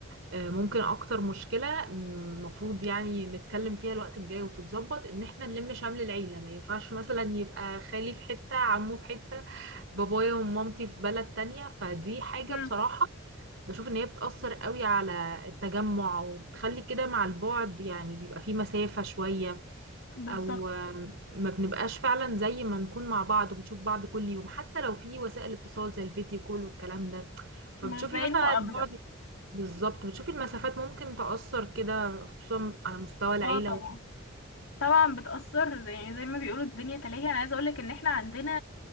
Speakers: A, on the right; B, on the left.
A: آه، ممكن اكتر مشكلة المفروض يعني نتكلم فيها الوقت الجاي وتتظبط ان احنا نلم شمل العيلة ما ينفعش مثلا يبقى خالي في حتة عمه في حتة بابايا ومامتي في بلد تانية فدي حاجة
B: امم
A: بصراحة بشوف ان هي بتأثر قوي على التجمع وبتخلي كده مع البعد يعني بيبقى في مسافة شوية
B: بالظبط
A: او آه، ما بنبقاش فعلا زي ما نكون مع بعض وبنشوف بعض كل يوم حتى لو في وسائل اتصال زي الفيديو كول والكلام ده فبتشوفي
B: مش زي
A: مثلا
B: المقابله
A: البعد بالظبط بتشوفي المسافات ممكن تأثر كده خصوصا على مستوى العيلة
B: اه طبعا
A: وكده
B: طبعا بتأثر زي- يعني زي ما بيقولوا الدنيا تلاهي انا عايزه اقولك ان احنا عندنا